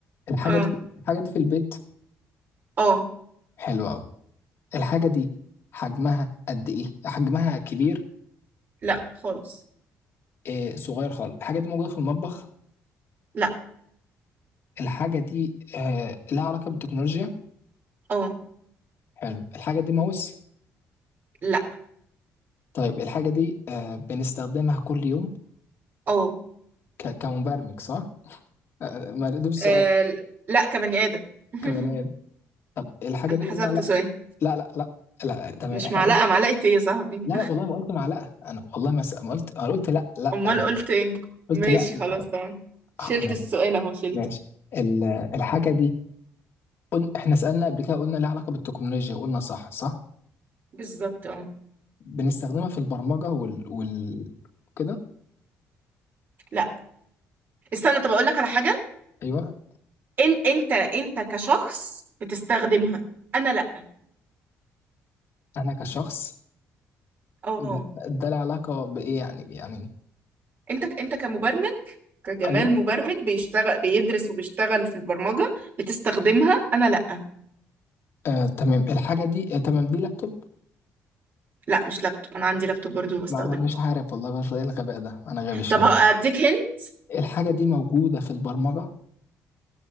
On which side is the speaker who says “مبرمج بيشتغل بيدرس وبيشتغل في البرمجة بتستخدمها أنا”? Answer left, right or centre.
Right